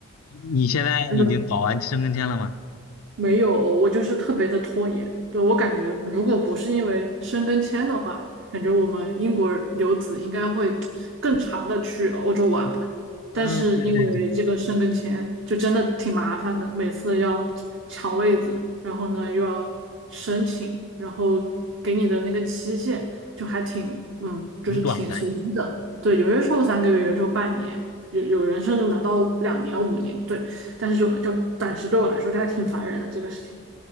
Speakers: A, on the left; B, on the right.
A: 你现在已经搞完申根签了吗？
B: 真的没有，我就是特别的拖延。对，我感觉，如果不是因为申根签的话，感觉我们英国留子应该会更长的去欧洲玩吧。
A: 嗯，
B: 但是因为这个申根签，
A: 对
B: 就真的挺麻烦的，每次要抢位子，然后呢又要申请，然后给你的那个期限就还挺，嗯，就是挺随机的。
A: 挺短的。
B: 对，有些时候三个月，有些时候半年，有有人甚至拿到两年、五年。对。但是就就暂时对我来说，这还挺烦人的这个事情。